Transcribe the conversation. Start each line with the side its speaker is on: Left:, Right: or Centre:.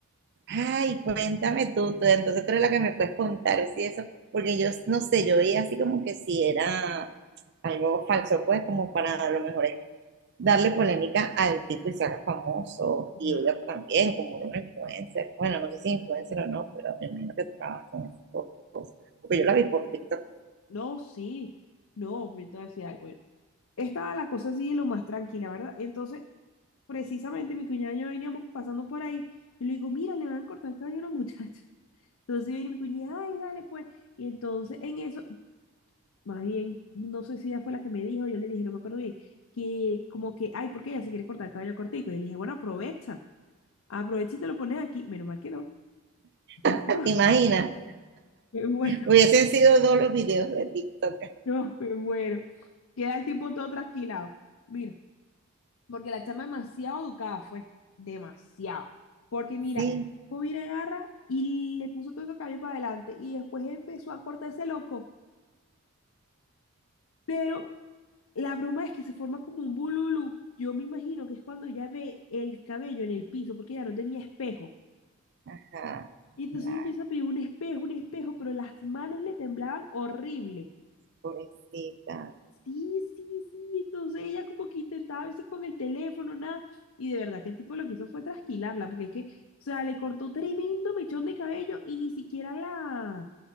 Right: Ay, cuéntame tú, tú, entonces tú eres la que me puedes contar si eso, porque yo no sé, yo veía así como que si era algo falso, pues como para a lo mejor darle polémica al tipo y se haga famoso,
Left: No,
Right: y ella también, como una influencer. Bueno, no sé si influencer o no, pero me imagino que tú trabajas con esas cosas. Porque yo la vi por TikTok.
Left: no, sí, no, pero entonces decía algo. bueno, Estaba la cosa así de lo más tranquila, ¿verdad? Entonces, precisamente mi cuñada y yo veníamos pasando por ahí, y le digo, mira, le van a cortar el cabello a una muchacha. Entonces viene mi cuñada, ay, dale pues. Y entonces en eso, más bien, no sé si ella fue la que me dijo, yo le dije, no me acuerdo bien, que como que, ay, ¿por qué ella se quiere cortar el cabello cortico? Y le dije, bueno, aprovecha. Aprovecha y te lo pones aquí. Menos mal que no. Menos mal
Right: Ah,
Left: que no. <laughs>
Right: ¿Te imaginas?
Left: Me muero,
Right: Hubiesen sido dos los videos de TikTok
Left: no, me muero. Queda el tipo todo trasquilado. Mira, porque la chama demasiado educada fue. Demasiado. Porque mira,
Right: así.
Left: el tipo viene, agarra y le puso todo ese cabello para adelante. Y después empezó a cortarse loco. Pero la broma es que se forma como un bululú. Yo me imagino que es cuando ya ve el cabello en el piso, porque ya no tenía espejo.
Right: Ajá.
Left: Y entonces
Right: La
Left: ella empieza a pedir un espejo, un espejo, pero las manos le temblaban horrible.
Right: pobrecita.
Left: Sí, sí, sí. Entonces ella como que intentaba a veces con el teléfono, nada. Y de verdad que el tipo lo que hizo fue trasquilarla, porque es que, o sea, le cortó tremendo mechón de cabello y ni siquiera la,